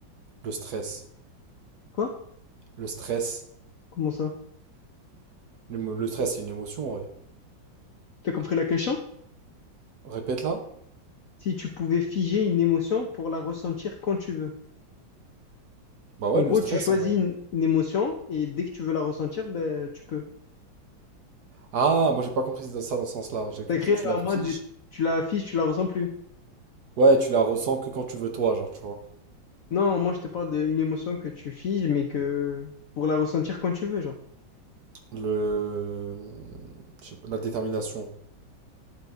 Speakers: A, on the right; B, on the left.
A: Le stress.
B: Quoi?
A: Le stress.
B: Comment ça?
A: Le, mo- le stress, c'est une émotion en vrai.
B: T'as compris la question?
A: Répète-la.
B: Si tu pouvais figer une émotion pour la ressentir quand tu veux.
A: Bah ouais,
B: En gros,
A: le stress
B: tu choisis
A: en vrai.
B: une, une émotion et dès que tu veux la ressentir, ben, tu peux.
A: Ah, moi j'ai pas compris ça dans ce sens-là. J'ai compris,
B: T'as créé
A: tu l'affiches.
B: en mode tu la figes, tu la ressens plus.
A: Ouais, tu la ressens que quand tu veux toi, genre, tu vois.
B: Non, moi je te parle d'une émotion que tu figes, mais que pour la ressentir quand tu veux, genre.
A: Le... je sais pas, la détermination,